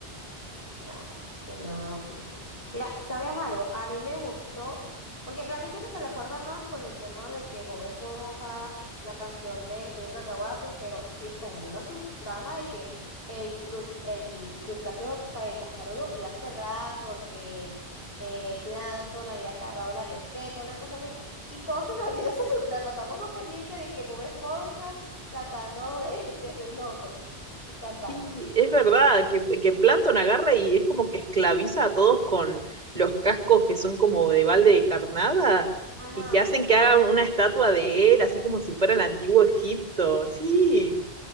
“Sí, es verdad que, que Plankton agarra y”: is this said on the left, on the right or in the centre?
Right